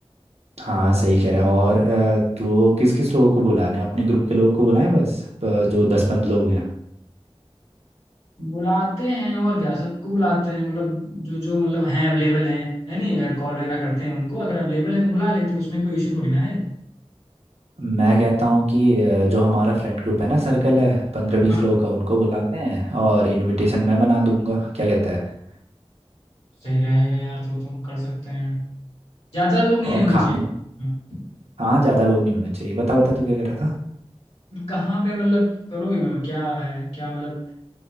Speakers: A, on the right; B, on the left.
A: हाँ सही कह रहा है और अ, तो किस किस लोगों को बुलाना है अपने ग्रुप के लोगों को बुलाएं बस अ, जो दस पंद्रह लोग हैं
B: बुलाते हैं और क्या सबको बुलाते हैं मतलब जो जो मतलब हैं अवेलेबल हैं है नहीं अगर कॉल वगैरह करते हैं उनको अगर अवेलेबल है तो बुला लेते हैं उसमें कोई इशू थोड़ी ना है
A: मैं कहता हूँ कि अ, जो हमारा फ्रेंड ग्रुप है ना सर्कल है पंद्रह बीस
B: हाँ
A: लोगों का उनको बुलाते हैं और इनविटेशन मैं बना दूंगा क्या कहता है
B: सही रहेगा यार तो तो कर सकते हैं ज़्यादा लोग नहीं
A: और
B: होने
A: खाने
B: चाहिए
A: हाँ ज़्यादा लोग नहीं होने चाहिए बता बता तू क्या कह रहा था
B: कहाँ पे मतलब करोगे मतलब क्या है क्या मतलब